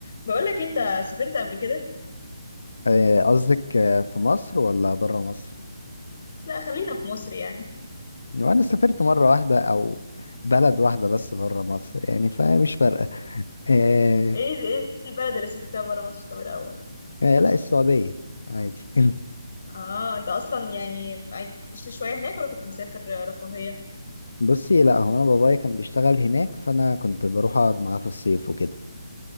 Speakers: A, on the left; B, on the left.
A: بقولك انت سافرت قبل كده
B: آه، قصدك آه، في مصر ولا بره مصر؟
A: لا خلينا في مصر يعني
B: يعني انا سافرت مرة واحدة او بلد واحدة بس بره مصر يعني فمش فارقة آه
A: ايه ايه البلد اللي سافرتها برا مصر طب الاول
B: آه لا السعودية عادي <laughs>
A: اه انت اصلا يعني عشت شويه هناك ولا كنت مسافر رفاهيه
B: بصي لا هو انا بابايا كان بيشتغل هناك فانا كنت بروح اقعد معاه في الصيف وكده